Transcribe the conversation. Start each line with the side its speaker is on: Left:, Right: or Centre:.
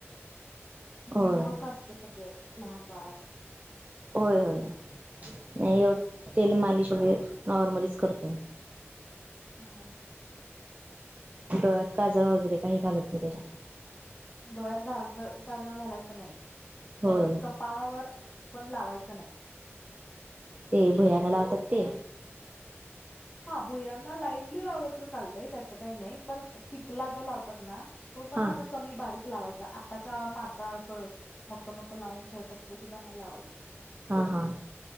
Right: होय
Left: निमुळत
Right: होय
Left: असत सगळं. लहान बाळाचं.
Right: होय होय नाही,
Left: म्हणून
Right: एवढं तेल मालिश वगैरे नॉर्मलीच करतोय.
Left: हा.
Right: डोळ्यात काजळ वगैरे काही घालत नाही त्याच्या.
Left: डोळ्यात काजळ काजळ घालायचं नाही
Right: होय
Left: परत, कपाळावर पण लावायचं नाही.
Right: ते भुयानं लावतात ते
Left: हा भुयांना लाईटली लावलं तर चालतंय त्याच काही नाही पण टिकला जो लावतात ना. तो पण
Right: हां
Left: असा कमी बारीक लावायचा आत्ताच्या माता अस. मोठं मोठं लावून ठेवतात ते सुद्धा नाही लावायचं.
Right: हां हां.